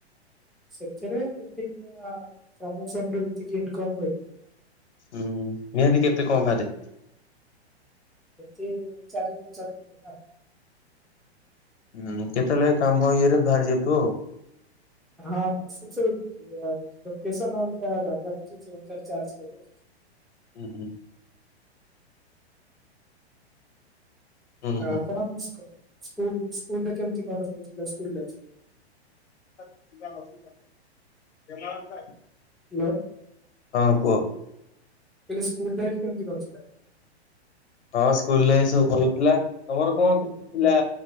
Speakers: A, in the centre; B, on the left (about 80°).
A: ସେଥିରେ ଯେତିକି ଯାଏ ପ୍ରମୋସନରେ ଯେତିକି ଇନକମ ହୁଏ।
B: ହୁଁ, ନିହାତି କେତେ କଣ ବାହାରେ।
A: ତିନିରୁ ଚାରି ପାଞ୍ଚ <inaudible> ହଜାର
B: ନାଇଁ କେତେବେଳେ କାମ ଇଏରେ ବାହାରି ଯାଇଥିବ ଆଉ
A: ହାଁ ହଁ ସେ ସବୁ ଏଇ ଲୋକେସନ ଆଉ ତା ଜାଗା ଦେଖଛି ସେ ଅନୁସାରେ ଚାର୍ଜ ନେବେ
B: ହୁଁ ହୁଁ। ହୁଁ
A: ଆ
B: ହୁଁ।
A: ଆପଣଙ୍କ ସ୍କୁଲ ସ୍କୁଲରେ କେମିତି କଣ କରଥିଲ ସ୍କୁଲ ଲାଇଫ?
B: <unintelligible>
A: ହାଲୋ।
B: ହଁ କୁହ?
A: ସ୍କୁଲ ଲାଇଫ କେମିତି କଣ ଥିଲା??
B: ହଁ ସ୍କୁଲରେ ସବୁ ଭଲ ଥିଲା। ତମର କ'ଣ ଥିଲା